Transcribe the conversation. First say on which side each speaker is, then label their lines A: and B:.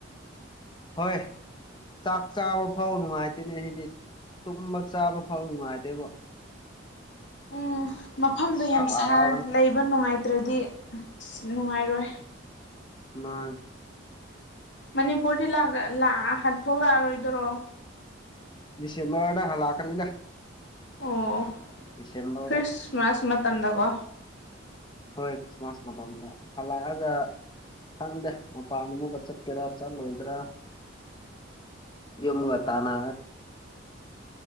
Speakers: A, on the left; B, on the left.
A: ꯍꯣꯏ ꯆꯥꯛ ꯆꯥꯕ ꯐꯥꯎ ꯅꯨꯡꯉꯥꯏꯇꯦꯅꯦ ꯍꯥꯏꯗꯤ ꯇꯨꯝꯕ ꯆꯥꯕ ꯐꯥꯎ ꯅꯨꯡꯉꯥꯏꯗꯦꯕ
B: ꯎꯝ ꯃꯐꯝꯗꯣ
A: ꯁꯥꯕꯅ
B: ꯌꯥꯝ ꯁꯥꯔ ꯂꯩꯕ ꯅꯨꯡꯉꯥꯏꯇ꯭ꯔꯗꯤ ꯅꯨꯡꯉꯥꯏꯔꯣꯏ
A: ꯃꯥ
B: ꯃꯅꯤꯄꯨꯔꯗꯤ ꯊꯣꯛꯣꯛ ꯂꯥꯛꯑꯔꯣꯏꯗꯔꯣ
A: ꯗꯤꯁꯦꯝꯕꯔꯗ ꯍꯜꯂꯛꯀꯅꯤꯗ
B: ꯑꯣ
A: ꯗꯤꯁꯦꯝꯕꯔꯗ
B: ꯈ꯭ꯔꯤꯁꯃꯥꯁ ꯃꯇꯝꯗꯀꯣ
A: ꯍꯣꯏ ꯈ꯭ꯔꯤꯁꯃꯥꯁ ꯃꯇꯝꯝꯗ ꯐꯂꯑꯒ ꯈꯪꯗꯦ ꯃꯄꯥꯟ ꯑꯃꯒ ꯆꯠꯀꯦꯔꯥ ꯆꯠꯂꯣꯏꯗ꯭ꯔꯥ ꯌꯨꯝꯒ ꯇꯅ